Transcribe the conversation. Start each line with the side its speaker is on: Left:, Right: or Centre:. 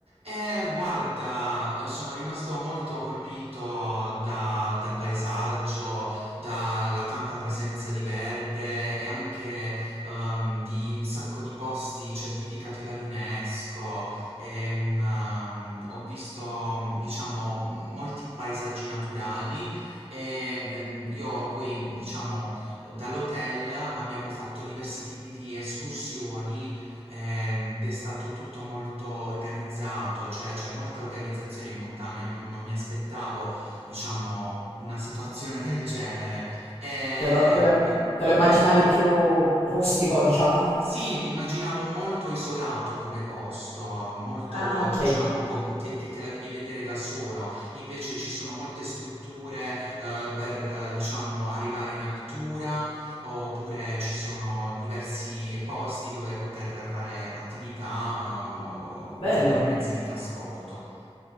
Right: Eh, guarda, eh, sono rimasto molto colpito da- dal paesaggio, dalla tanta presenza di verde e anche ehm, di un sacco di posti certificati dall'UNESCO. Ehm, ehm, ho visto, diciamo, molti paesaggi naturali e ehm, io poi, diciamo, dall'hotel abbiamo fatto diversi tipi di escursioni ehm, ed è stato tutto molto organizzato, cioè c'è molta organizzazione in montagna, non, non mi aspettavo, diciamo, una situazione del genere. E,
Left: Te lo, te lo
Right: e
Left: te
Right: quindi
Left: lo immaginavi
Right: è stato...
Left: più rustico, diciamo?
Right: Sì, mi immaginavo molto isolato come posto, molto,
Left: Ah, ok,
Right: diciamo, co- te- che te la devi vedere da solo. Invece ci sono molte strutture, eh, per, eh, diciamo, arrivare in altura, oppure ci sono diversi posti dove poter fare attività, ehm, o, o
Left: bello.
Right: prendere mezzi di trasporto.